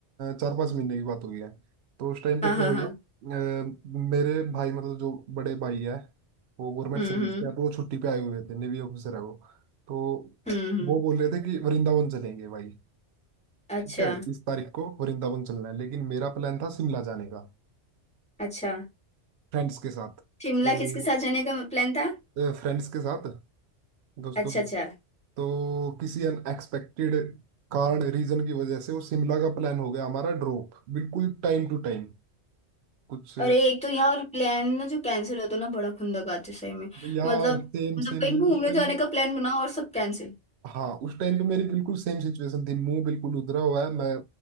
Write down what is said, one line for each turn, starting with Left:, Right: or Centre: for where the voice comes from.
Right: चार पांच महीने की बात हो गया है तो उस टाइम पे
Centre: हाँ हाँ
Right: क्या हुआ
Centre: हाँ
Right: अ, मेरे भाई मतलब जो बड़े भाई है वो गवर्नमेंट
Centre: हम्म
Right: सर्विस
Centre: हम्म
Right: के हैं, तो वो छुट्टी पे आए हुए थे नेवी ऑफिसर है वो तो
Centre: हम्म हम्म।
Right: वो बोल रहे थे कि वृंदावन चलेंगे भाई
Centre: अच्छा
Right: ठीक है इस तारीख को वृंदावन चलना है लेकिन मेरा प्लान था शिमला जाने का
Centre: अच्छा
Right: फ्रेंड्स के साथ तो
Centre: शिमला किसके साथ जाने का प्लान था
Right: फ्रेंड्स के साथ दोस्तों
Centre: अच्छा अच्छा
Right: तो किसी अनएक्सपेक्टेड कारण रीजन की वजह से वो शिमला का प्लान हो गया हमारा ड्रॉप बिल्कुल टाइम टू टाइम कुछ
Centre: अरे एक तो यहाँ और प्लान ना जो कैंसिल होता है ना बड़ा खुंदक आती है सही में
Right: यार
Centre: मतलब
Right: सेम
Centre: मतलब
Right: सेम
Centre: कहीं घूमने
Right: उस टाइम
Centre: जाने
Right: पे
Centre: का प्लान बना और सब कैंसिल
Right: हाँ उस टाइम पे मेरी बिल्कुल सेम सिचुएशन थी मुंह बिल्कुल उधरा हुआ है मैं